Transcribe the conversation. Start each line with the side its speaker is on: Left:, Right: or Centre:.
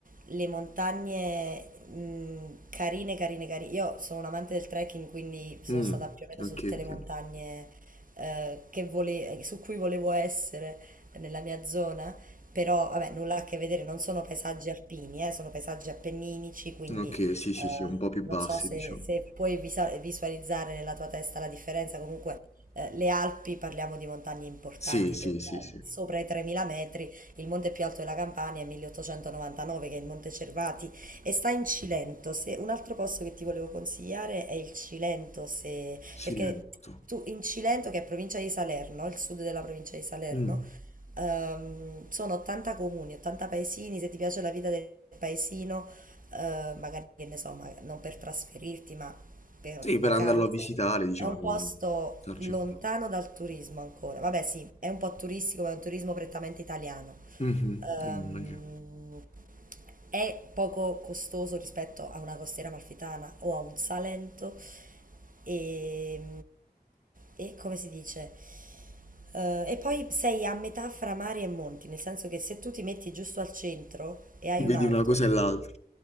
Right: le montagne mh, carine, carine, carine. Io sono un amante del trekking, quindi sono
Left: Mm,
Right: stata più o meno
Left: ok,
Right: su tutte le
Left: ok.
Right: montagne eh, che vole- su cui volevo essere nella mia zona, però vabbè, nulla a che vedere, non sono paesaggi alpini, eh, sono paesaggi appenninici, quindi
Left: Ok,
Right: eh,
Left: sì, sì, sì, un po' più
Right: non
Left: bassi,
Right: so se,
Left: diciamo.
Right: se puoi visa- visualizzare nella tua testa la differenza, comunque eh, Le Alpi, parliamo di montagne importanti,
Left: Sì, sì,
Right: del-
Left: sì, sì.
Right: sopra i 3000 metri, il monte più alto della Campania è 1899, che è il Monte Cervati, e sta in Cilento. Se, un altro posto che ti volevo consigliare è il Cilento, se, perché
Left: Silento.
Right: tu in Cilento, che è provincia di Salerno, il sud della provincia di Salerno,
Left: Mm.
Right: ehm, sono 80 comuni, 80 paesini, se ti piace la vita del paesino, eh, magari che ne so, ma- non per trasferirti, ma per
Left: Sì,
Right: vacanze.
Left: per andarlo a visitare, diciamo,
Right: È un posto
Left: starci
Right: lontano
Left: un po'.
Right: dal turismo ancora. Vabbè, sì, è un po' turistico, ma è un turismo prettamente italiano.
Left: Mhm,
Right: Ehm,
Left: Immagino.
Right: è poco costoso rispetto a una costiera amalfitana o a un Salento. E, e come si dice? Eh, e poi sei a metà fra mari e monti, nel senso che se tu ti metti giusto al centro e hai
Left: Vedi
Right: un'auto
Left: una cosa e l'altra.